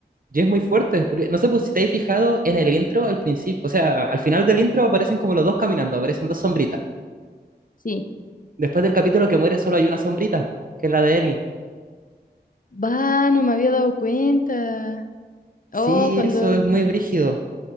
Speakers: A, on the right; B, on the left.
A: Y es muy fuerte, porque- no sé pues, si te has fijado en el intro al principio, o sea, al final del intro aparecen como los dos caminando, aparecen dos sombritas.
B: Sí.
A: Después del capítulo que muere solo hay una sombrita, que es la de Ellie.
B: Va, no me había dado cuenta. Oh,
A: Sí,
B: cuando,
A: eso es muy brígido.